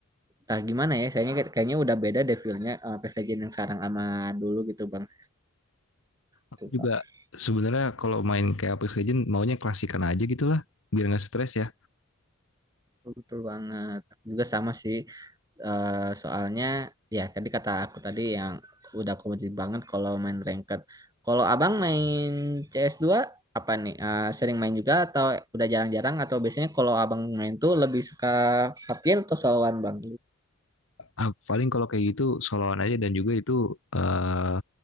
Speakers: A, on the right (about 15°); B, on the left (about 70°).
A: entah gimana ya, kayaknya kayaknya udah beda deh feel-nya eh, Apex Legend yang sekarang sama dulu gitu, Bang.
B: Aku
A: Betul,
B: juga
A: Pak.
B: sebenarnya kalau main kayak Apex Legend maunya klasikan aja gitu lah. Biar nggak stres ya.
A: Betul betul banget. Aku Juga sama sih. Eh, soalnya ya tadi kata aku tadi yang udah kompetitif banget kalau main ranked. Kalau Abang main cs dua apa nih? Eh, sering main juga atau udah jarang-jarang atau biasanya kalau Abang main tuh lebih suka hati atau soloan Bang?
B: Ah, paling kalau kayak gitu soloan aja dan juga itu eh,